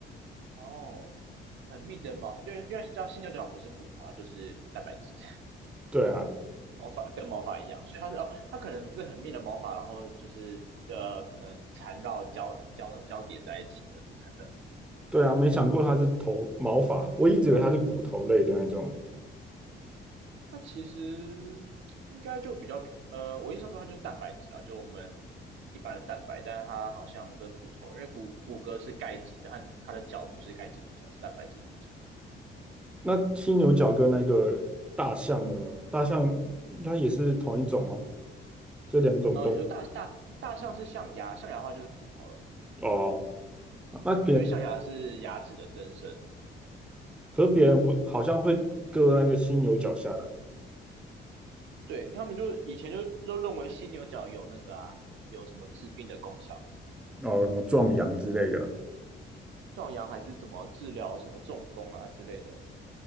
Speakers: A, on the right; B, in the centre.
A: 哦，很密的毛，就是因为叫犀牛角不是骨头啊，就是蛋白质，
B: 对啊。
A: <laughs> 毛发跟毛发一样，所以它是哦，它可能是很密的毛发，然后就是呃可能缠绕交交交叠在一起而组成的。
B: 对啊，没想过它是头毛发，我一直以为它是骨头类的那种。
A: 它其实应该就比较，呃，我印象中它就是蛋白质啊，就我们一般的蛋白，但是它好像跟骨头，因为骨骨骼是钙质，但它的脚不是钙质组成，是蛋白质组成的。
B: 那犀牛角跟那个大象的呢？大象它也是同一种吗？这两种动物
A: 呃，你说大大大象是象牙，象牙的话就是骨头了，
B: 哦，那别人
A: 嗯，因为象牙是牙齿的增生，
B: 可是别人不好像会割那个犀牛角下来，
A: 对，他们就以前就都认为犀牛角有那个啊，有什么治病的功效，
B: 哦，什么壮阳之类的，
A: 壮阳还是怎么治疗什么中风啊之类的，